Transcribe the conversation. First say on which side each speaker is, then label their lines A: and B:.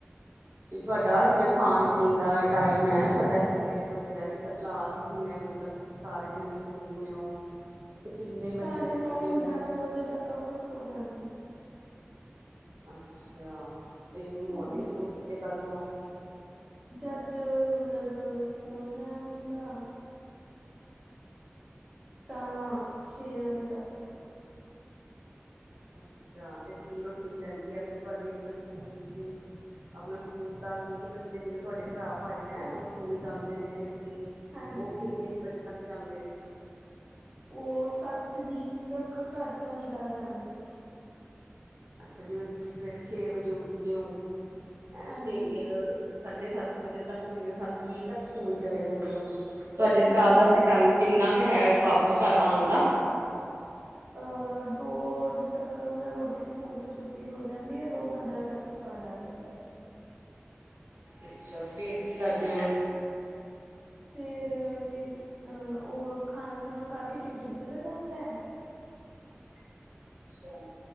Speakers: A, on the right; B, on the right.
A: ਵੀ ਤੁਹਾਡਾ, ਜਿਵੇਂ ਖਾਣ- ਪੀਣ ਦਾ ਟਾਈਮ ਹੈ। ਤੁਹਾਡਾ ਕਿੰਨੇ ਕੁ ਵਜੇ ਦਾ ਐ। ਲਾਸਟ ਕਿਨੇ ਵਜੇ। ਜੇ ਤੱਕ ਤੁਸੀਂ ਸਾਰੇ, ਜਣੇ ਸੋ ਜਾਨੇ ਹੋ। ਤੇ ਕਿੰਨੇ
B: ਸਾਢੇ
A: ਵਜੇ ਉੱਠਦੇ
B: ਨੌ-
A: ਹੋ
B: ਦਸ ਵਜੇ ਤੱਕ, ਆਪਾਂ ਸੋ ਜਾਂਨੇ ਹਾਂ।
A: ਅੱਛਾ ਤੇ ਮੋਰਨਿੰਗ
B: ਹਾਂ
A: ਚ ਉੱਠਦੇ ਕਦੋਂ ਓ?
B: ਜਦ ਮਤਲਬ ਸਕੂਲ ਜਾਨਾ ਹੁੰਦਾ ਤਾਂ ਛੇ ਵਜੇ ਤੱਕ
A: ਅੱਛਾ ਤੇ ਕੀ ਰੋਟੀਨ ਰਹਿੰਦੀ ਆ ਫਿਰ ਤੁਹਾਡੀ? ਜਿਵੇਂ ਸਕੂਲ ਤੂਸੀ ਅਪਨਾ ਸਕੂਲ ਤਾਂ ਕੀ ਬੱਚੇ ਜਿਵੇਂ ਤੁਹਾਡੇ ਭਰਾ ਭਾਈ ਐ ਉਹ ਸਕੂਲ ਜਾਂਦੇ ਨੇ ਤੇ
B: ਹਾਂਜੀ।
A: ਉਹ ਕਿੰਨੇ ਕ ਵਜੇ ਤੱਕ ਜਾਂਦੇ ਨੇ?
B: ਓਹ ਸੱਤ ਬੀਸ ਤੱਕ ਘਰ ਤੋਂ ਨਿਕਲ ਜਾਂਦੇ
A: ਅੱਛਾ ਜਿਵੇਂ ਤੁਸੀਂ ਸਵੇਰੇ ਛੇ ਵਜੇ ਉੱਠਦੇ ਹੋ ਹੈਂ
B: ਹਾਂਜੀ
A: ਤੇ ਫੇਰ ਸਾਢੇ ਸੱਤ ਵਜੇ ਤੱਕ ਜਿਵੇਂ ਸੱਤ ਵੀਹ ਤੱਕ ਸਕੂਲ ਚਲੇ ਜਾਂਨੇ ਐ। ਤੁਹਾਡੇ
B: ਹਾਂਜੀ।
A: ਭਰਾ ਦਾ ਫਿਰ ਟਾਈਮ ਕਿੰਨਾ ਕ ਹੈ ਵਾਪਿਸ ਘਰ ਆਨ ਦਾ?
B: ਅ ਦੋ ਵਜੇ ਤੱਕ ਮਤਲਬ ਉਹਦੀ ਸਕੂਲ ਤੋਂ ਛੁੱਟੀ ਹੋ ਜਾਂਦੀ ਐ, ਦੋ ਪੰਦਰਾਂ ਤੱਕ ਉਹ ਘਰ ਆ ਜਾਂਦਾ ਐ। <inaudible>
A: ਅੱਛਾ ਫੇਰ ਕੀ ਕਰਦੇ ਓ?
B: ਫੇਰ <unintelligible> ਅ ਉਹ ਖਾਨਾ ਖੁਨਾ ਖਾ ਕੇ ਟਿਊਸ਼ਨ ਚਲਾ ਜਾਂਦਾ ਐ।
A: <inaudible> ਅੱਛਾ।